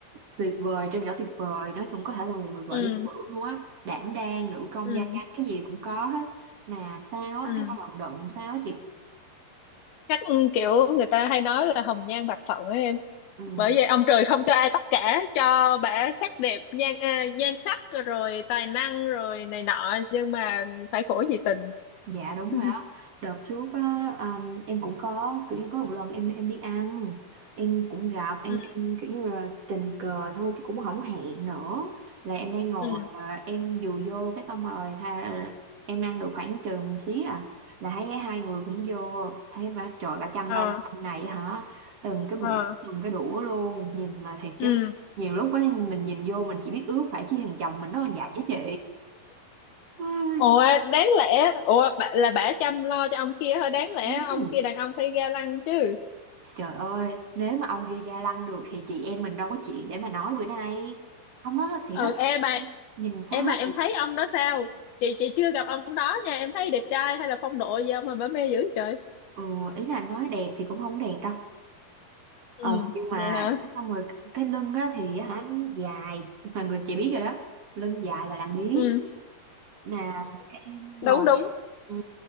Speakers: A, on the right; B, on the left.
A: tuyệt vời trên cả tuyệt vời nói chung có thể là một người vợ
B: ừ
A: lý tưởng luôn á đảm đang nữ công
B: ừ
A: gia chánh cái gì cũng có hết mà sao á
B: ừ
A: thấy bà lận đận sao á chị
B: chắc ừ, kiểu người ta hay nói là hồng nhan bạc phận ấy em
A: ừ
B: bởi vậy ông trời không cho ai tất cả cho bả sắc đẹp nhan à, nhan sắc rồi tài năng rồi này nọ nhưng mà phải khổ vì tình
A: Dạ đúng
B: <laughs>
A: rồi á. Đợt trước á, um, em cũng có kiểu như có một lần em em đi ăn, em cũng gặp em
B: ừ
A: em kiểu như là tình cờ thôi chứ cũng không hẹn nữa. Là em đang ngồi
B: ừ
A: và em dù vô cái xong rồi tha, em ăn được khoảng chừng xí à là thấy hai người cũng vô thấy bà trời bà chăm
B: ờ
A: lo ông này hả từng cái muỗng
B: ờ
A: từng cái đũa luôn nhìn mà thiệt chứ
B: ừ
A: nhiều lúc ấy mình nhìn vô mình chỉ biết ước phải chi thằng chồng mình nó là vậy á chị à,
B: Ủa đáng lẽ Ủa bà- là bả chăm lo cho ông kia thôi Đáng lẽ
A: chán.
B: ông kia đàn ông phải ga lăng chứ
A: Trời ơi, nếu mà ông kia ga lăng được thì chị em mình đâu có chuyện để mà nói bữa nay. Ông nói thiệt
B: Ừ
A: á,
B: em mà
A: em nhìn sao
B: Em mà
A: á
B: em
A: chị.
B: thấy ông đó sao Chị chị chưa gặp ông đó nha Em thấy đẹp trai hay là phong độ gì không mà bả mê dữ trời
A: Ừ, ý là nói đẹp thì cũng không đẹp đâu.
B: Ừ
A: Ờ, nhưng mà
B: vậy hả
A: xong rồi cái lưng á thì hả dài, <laughs> mà người chị biết rồi đó. Lưng dài là làm biếng.
B: Ừ
A: Mà em ngồi
B: đúng đúng
A: ừ,